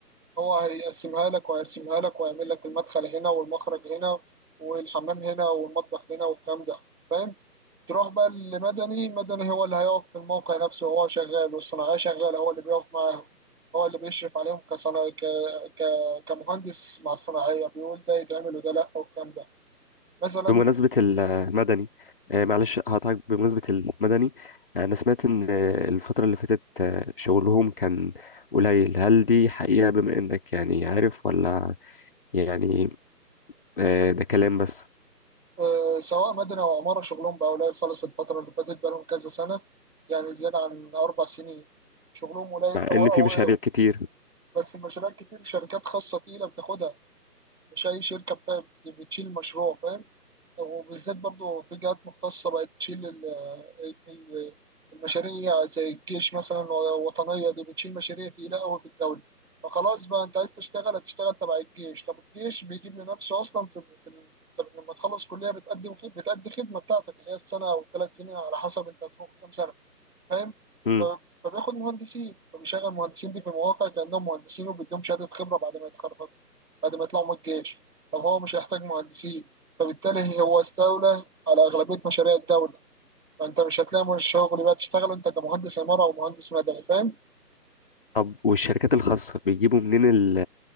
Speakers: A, on the right (about 60°); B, on the left (about 35°).
A: هو هيقسمها لك وهيرسمها لك وهيعمل لك المدخل هنا والمخرج هنا والحمام هنا والمطبخ هنا والكلام ده فاهم تروح بقى لمدني مدني هو اللي هيقف في الموقع نفسه هو شغال والصناعية شغالة هو اللي بيقف معاهم هو اللي بيشرف عليهم كصنا... ك... ك... كمهندس مع الصناعية بيقول ده يتعمل وده لأ والكلام ده مثلا
B: بمناسبة المدني آه، معلش هقطعك بمناسبة المدني آه، أنا سمعت إن آه، الفترة اللي فاتت آه، شغلهم كان قليل هل دي حقيقة بما إنك يعني عارف ولا يعني آه، ده كلام بس؟
A: آه، سواء مدني أو عمارة شغلهم بقى قليل خالص الفترة اللي فاتت بقى لهم كذا سنة يعني زيادة عن أربع سنين شغلهم قليل
B: مع
A: أو
B: ان
A: أو
B: في مشاريع
A: إيه؟
B: كتير
A: بس المشاريع كتير شركات خاصة تقيلة بتاخدها مش أي شركة بتا- بتشيل مشروع فاهم وبالذات برضو في جهات مختصة بقت تشيل ال- ال- المشاريع زي الجيش مثلا الوطنية دي بتشيل مشاريع تقيلة أوي في الدولة فخلاص بقى أنت عايز تشتغل هتشتغل تبع الجيش طب الجيش بيجيب لنفسه أصلا في في ال- طب لما تخلص كلية بتقدم خد- بتأدي خدمة بتاعتك اللي هي السنة أو الثلاث سنين على حسب أنت هتفوق كام سنة فاهم
B: امم
A: ف- فبياخد مهندسين فبيشغل المهندسين دي في مواقع كأنهم مهندسين وبيديهم شهادة خبرة بعد ما يتخرجوا بعد ما يطلعوا من الجيش طب هو مش هيحتاج مهندسين فبالتالي هو استولى على أغلبية مشاريع الدولة فأنت مش هتلاقي من الشغل بقى تشتغل أنت كمهندس عمارة أو مهندس مدني فاهم
B: طب والشركات الخاصة بيجيبوا منين ال-